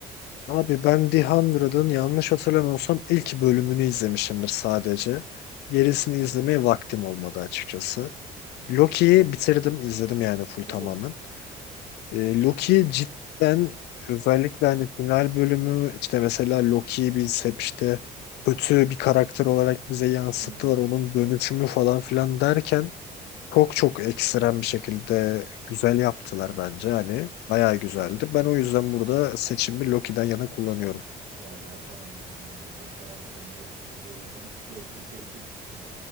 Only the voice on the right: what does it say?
O.
Hı hı.
Vallahi tamam o zaman yani. O kadar sen de hepsini izlediysen Loki'yi seçtik gitti.